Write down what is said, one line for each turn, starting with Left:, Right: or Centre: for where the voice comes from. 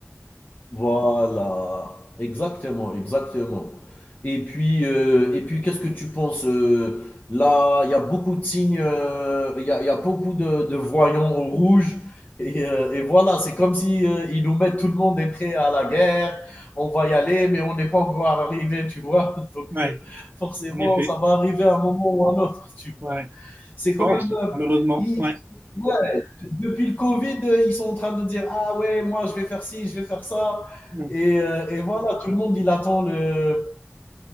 Left: Voilà, exactement, exactement. Et puis, heu et puis qu'est-ce que tu penses, heu, là, il y a beaucoup de signes, heu, il y a il y a beaucoup de de voyants au rouge et heu et voilà, c'est comme si, heu, ils nous mettent tout le monde est prêt à la guerre. On va y aller, mais on n'est pas encore arrivé, tu vois? <laughs> Donc
Right: Ouais,
Left: heu, forcément,
Right: en effet.
Left: ça va arriver à un moment ou à un autre, tu
Right: Ouais,
Left: vois?
Right: je
Left: C'est quand
Right: pense,
Left: même. euh,
Right: malheureusement.
Left: ils-
Right: Ouais.
Left: ouais, depuis le Covid, euh, ils sont en train de dire Ah ouais, moi je vais faire ci, je vais faire ça.
Right: Mm.
Left: Et, euh, et voilà, tout le monde, il attend le,